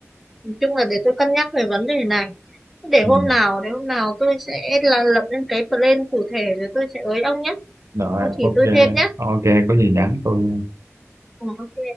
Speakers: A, in the centre; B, on the right.
A: nói chung là để tôi cân nhắc về vấn đề này để
B: Ừ.
A: hôm nào để hôm nào tôi sẽ là lập lên cái plan cụ thể rồi tôi sẽ ới ông nhé
B: Rồi,
A: ông chỉ
B: ok.
A: tôi thêm nhé
B: Ok, có gì nhắn tôi. nha.
A: ừ, ok